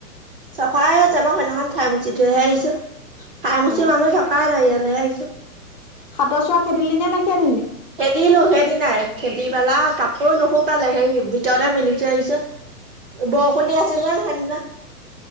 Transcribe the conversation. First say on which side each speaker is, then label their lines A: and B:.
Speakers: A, on the right; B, on the left.
A: চফাই আছে। মই সেইদিনাখন ঠাইমুচি থৈহে আহিছোঁ। ঠাইমুচি
B: অ
A: মানুহ থকাই নাই ইয়ালেহে আহিছোঁ।
B: হাতৰ চোৱা খেদিলি নে নেখেদিলি?
A: খেদিলো সেইদিনাই। খেদি পেলাই কাপোৰ নুশুকালে সেই ভিতৰতে মেলি থৈ আহিছোঁ। বৰষুণ দি আছিল নে সেইদিনা?